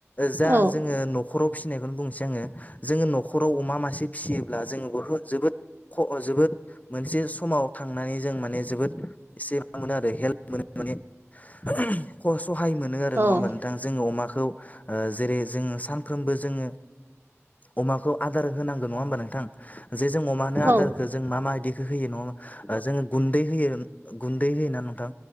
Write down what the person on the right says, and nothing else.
औ
औ
औ